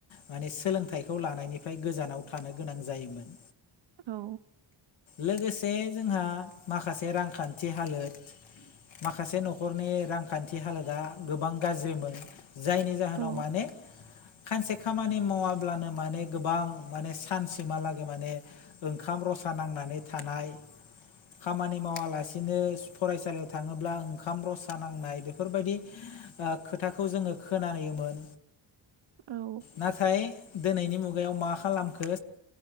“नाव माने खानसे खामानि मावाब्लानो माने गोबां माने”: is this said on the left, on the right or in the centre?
Left